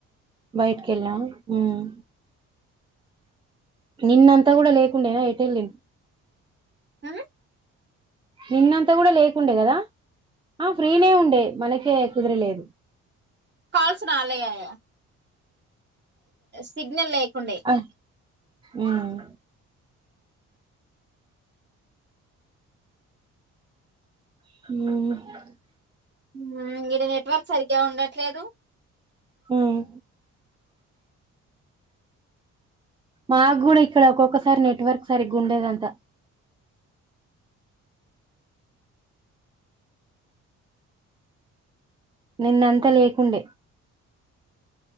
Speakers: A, on the right; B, on the right.
A: బయిట్కెళ్ళ మ్ నిన్నంతా కూడా లేకుండేనా ఎటేళ్ళి
B: ఆ
A: నిన్నంతా కూడా లేకుండే కదా ఆమె ఫ్రీనే ఉండే మనకే కుదరలేదు
B: కాల్స్ రాలేయ్యాయ సిగ్నల్ లేకుండే
A: ఆ ఉమ్ మ్ హు
B: ఉమ్ ఇడ నెట్వర్క్ సరిగ్గా ఉండట్లేదు
A: ఉమ్ మా గూడా ఇక్కడ ఒక్కొక్కసారి నెట్వర్క్ సరిగ్గా ఉండదంత నిన్నంత లేకుండే